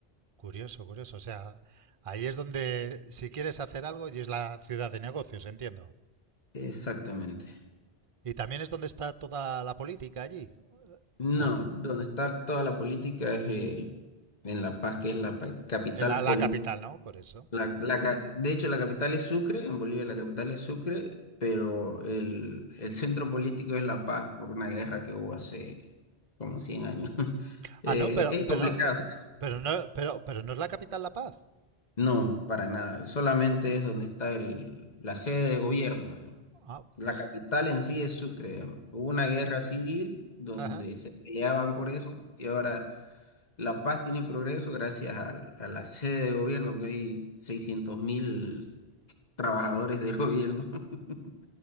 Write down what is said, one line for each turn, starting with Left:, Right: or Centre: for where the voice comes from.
Right: Curioso, curioso. O sea, ahí es donde, si quieres hacer algo, y es la ciudad de negocios, entiendo.
Left: Exactamente.
Right: Y también es donde está toda la política allí,
Left: No,
Right: ¿o no?
Left: donde está toda la política es eh, en La Paz, que es la pa- capital
Right: Eh, La, la
Left: política
Right: capital, ¿no? Por eso.
Left: La,
Right: Ujú.
Left: la ca- de hecho, la capital es Sucre, en Bolivia la capital es Sucre, pero el, el centro político es La Paz por una guerra que hubo hace como 100 años. <laughs>
Right: Ah,
Left: Eh,
Right: no, pero,
Left: es
Right: pero,
Left: complicado.
Right: pero no, pero, pero no es la capital La Paz.
Left: No, para nada. Solamente es donde está el, la sede de gobierno. digamos.
Right: Ah,
Left: La
Right: pues.
Left: capital en sí es Sucre. digamos. Hubo una guerra civil donde
Right: ajá.
Left: se peleaban por eso y ahora La Paz tiene progreso gracias a, a la sede de gobierno, que hay seiscientos mil trabajadores del gobierno. <laughs>